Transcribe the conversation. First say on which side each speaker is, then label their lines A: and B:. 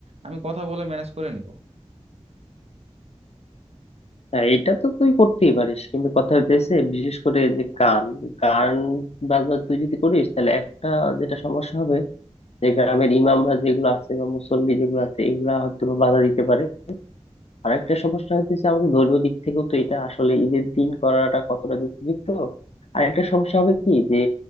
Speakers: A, on the right; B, on the left.
A: আমি কথা বলে ম্যানেজ করে নিব
B: হ্যাঁ এটা তো তুই করতেই পারিস কিন্তু কথা হইতেছে বিশেষ করে যে গান গান বাজনা তুই যদি করিস তাহলে একটা যেটা সমস্যা হবে যে গ্রামের ইমামরা যেগুলো আছে বা মুসল্লি যেগুলো আছে এগুলা হয়তো বা বাধা দিতে পারে আর একটা সমস্যা হইতেছে আমাদের ধর্মীয় দিক থেকেও তো এটা আসলে ঈদের দিন করাটা কতটা যুক্তিযুক্ত আর একটা সমস্যা হবে কি যে